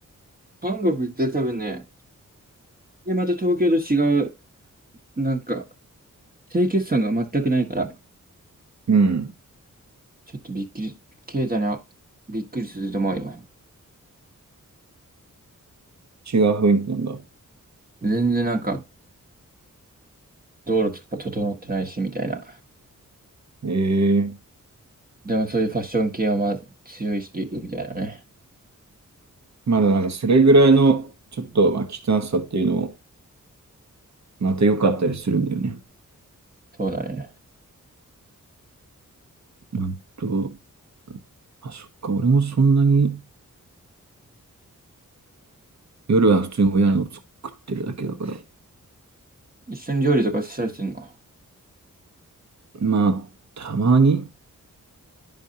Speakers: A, on the right (about 25°); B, on the right (about 55°).
A: 韓国行ったら多分ね、で、また東京と違う、なんか、清潔感が全くないから、
B: うん。
A: ちょっとびっくり、経済な、びっくりすると思うよ。
B: 違う雰囲気なんだ。
A: 全然なんか、道路とか整ってないし、みたいな。
B: ええ
A: でもそういうファッション系はまあ強い意識みたいなね。
B: まだなんかそれぐららいの、ちょっと、まあ、汚さっていうのを、また良かったりするんだよね。
A: そうだね。
B: あと、あ、そっか、俺もそんなに、夜は普通に親の作ってるだけだから。
A: 一緒に料理とかしたりするの
B: まあ、たまに